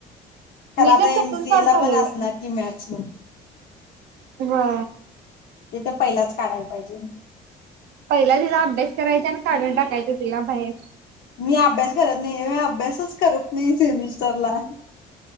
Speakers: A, on the left; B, on the right.
A: खरं
B: मी
A: आता
B: तर
A: एमसीए
B: तसच पास
A: ला
B: झालोय
A: पण असणार
B: बया
A: की मत्स्य म?
B: हा
A: ते तर पहिलाच काढायला पाहिजे
B: पहिला तिचा अभ्यास करायचा आणं काढून टाकायचं तिला बाहेर
A: मी अभ्यास करत नाही. मी अभ्यासच करत नाही सेमिस्टरला